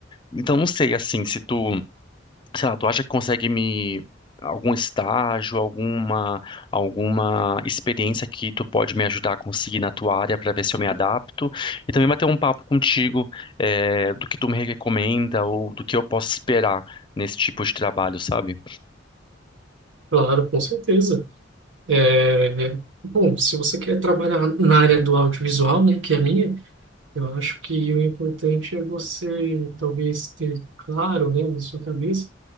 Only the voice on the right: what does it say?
claro, com certeza. É, né, bom, se você quer trabalhar na área do audiovisual, né, que é a minha, eu acho que o importante é você talvez ter claro, né, na sua cabeça,